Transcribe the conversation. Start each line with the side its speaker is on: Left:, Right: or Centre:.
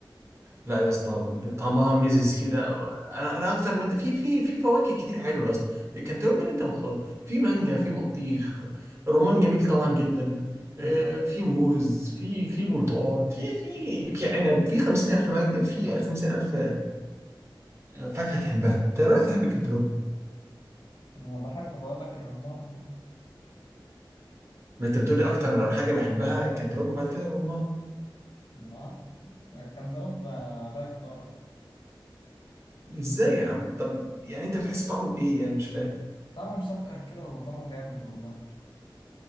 Right: لا يا اسطى طعمها ميزز كده انا انا اكتر ماده في في في فواكه كتير حلوه يا اسطى كنتالوب اللي انت مختاره في مانجا في بطيخ الرمان جميل طبعا جدا آه،
Left: أمم.
Right: في موز في في برتقال في في في عنب في 50000 مانجا في 50000 آه، آه، فاكهه تحبها انت رايح تحب الكنتالوب
Left: انا بحب بقول لك الرمان أهو.
Right: ما انت بتقولي اكتر حاجه بحبها الكنتالوب وبعد كده الرمان
Left: اه كان طرب لا يقارن
Right: ازاي يا عم طب يعني انت بتحس طعمه بايه يعني مش فاهم
Left: طعمه مسكر كده وطعمه جامد والله